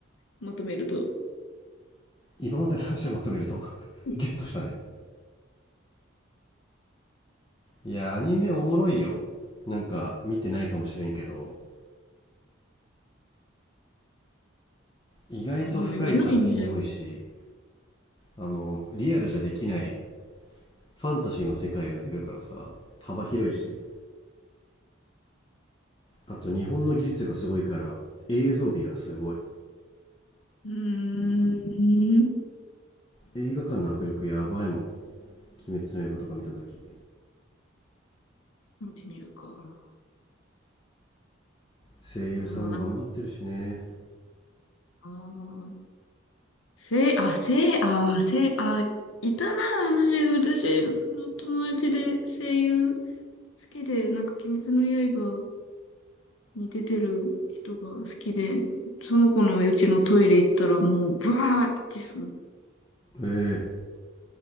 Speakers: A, on the left; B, on the left.
A: まとめると。
B: 今までの話をまとめると、<laughs>
A: うん
B: ギュッとしたね。いや、アニメおもろいよ。なんか見てないかもしれんけど、意外と深い作品多いし、
A: アニメ見ないんだよ。
B: あの、リアルじゃできないファンタジーの世界を描けるからさ、幅広いし、あと日本の技術がすごいから映像美がすごい。
A: うーん。
B: 映画館の迫力やばいもん鬼滅の刃とか見たとき
A: 見てみるか。
B: 声優さんも頑張ってるしね
A: でももうなんか、あー、せい、あ、せい、あー、せい、あー、いたな、アニメで私の友達で声優好きで、なんか、鬼滅の刃に出てる人が好きで、その子のうちのトイレ行ったらもう、ブワーってすん、
B: ええ